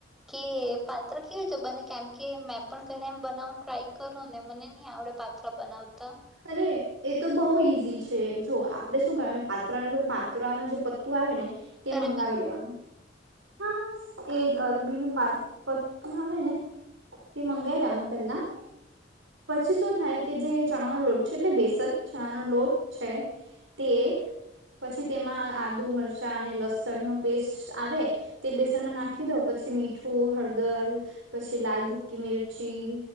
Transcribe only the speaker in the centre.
કે પાત્ર કેવું છે બને કેમ કે પણ ઘરે એમ બનાવનું ટ્રાય કરો ને મને નહ આવડે પાથા બનાવતા
અરે
બી
હ